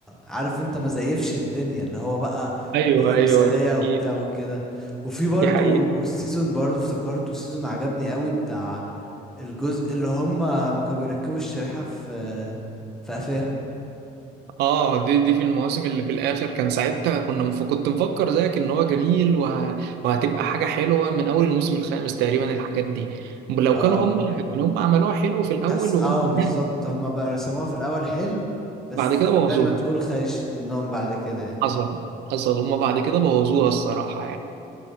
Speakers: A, in the centre; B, on the right.
A: عارف انت ما زيفش الدنيا اللي هو بقى
B: ايوه
A: الدنيا
B: ايوه
A: مثالية
B: دي حقيقة
A: وبتاع وكده وفي برضو
B: دي حقيقة
A: السيزون برضو افتكرته سيزون عجبني قوي بتاع الجزء اللي هم ما كانوا بيركبوا الشريحة في في قفاهم
B: اه دي دي في المواسم اللي في الاخر كان ساعتها كنا مف... كنت مفكر زيك ان هو جميل وه... وهتبقى حاجة حلوة من اول الموسم الخامس تقريبا الحاجات دي لو
A: اه
B: كانوا هم يعني هم عملوها حلو في الاول
A: حاسس اه
B: وقلنا
A: بالظبط
B: ها،
A: هما بقى رسموها في الاول حلو بس
B: بعد كده بوظوها
A: زي ما تقول خيشت منهم بعد كده يعني
B: حصل حصل هم بعد كده بوظوها الصراحة